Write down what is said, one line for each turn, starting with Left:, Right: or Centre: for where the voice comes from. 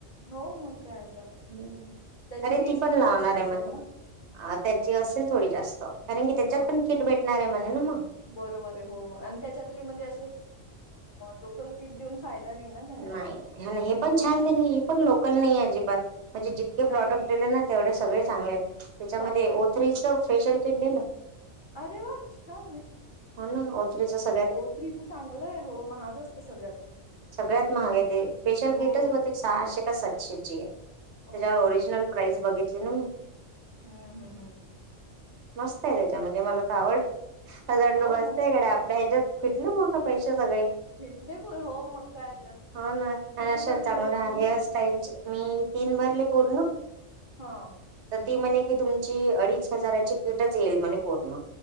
Left: हो मग काय तर
Right: हम्म
Left: त्याची
Right: अरे
Left: फीज
Right: ती पण लावणार
Left: जास्त असेल
Right: आहे म्हल
Left: ना
Right: अ त्याची असेल थोडी जास्त कारण की त्याच्यात
Left: ह
Right: पण किट भेटणार आहे म्हणेल न मग
Left: बरोबर आहे हो आणि त्याच्यातली म्हणजे अशी लोकल किट देऊन फायदा नाही ना त्यांना.
Right: नाही आणि हे पण
Left: हा
Right: छान दिली हे पण लोकल नाही अजिबात म्हणजे जितके
Left: नाही
Right: प्रॉडक्ट दिले ना तेवढे सगळे चांगले आहेत त्याच्यामध्ये
Left: चांगले
Right: ओ
Left: आहेत हो.
Right: थ्रीच फेशियल किट दिलं
Left: अरे वा छान आहेत
Right: हो ना ओ थ्री जास्त
Left: ओ थ्री च्या चांगलं आहे हो महाग असत सगळ्यात
Right: सगळ्यात महाग आहेत ते फेशियल
Left: हो
Right: किटच मग ते सहाशे का सातशे ची आहे त्याच्यावर
Left: अ
Right: ओरिजिनल प्राइस बघितली ना मी
Left: ह, ह, हम्
Right: मस्त आहे त्याच्यामध्ये मला तर आवडला असं वाटलं
Left: हो
Right: बसतयकडे
Left: मग
Right: आपल्या ह्याच्यात कुठले बोलतं पैसे सगळे
Left: भेटले पर हो मग काय तर
Right: हो ना आणि
Left: किती
Right: अशा
Left: भरले
Right: चांगल्या
Left: होते तुम्ही?
Right: हेअर सटाईल मी तीन भरले पूर्ण
Left: हा
Right: तर ती म्हणे कि तुमची अडीच हजाराची किटच येईल म्हज पूर्ण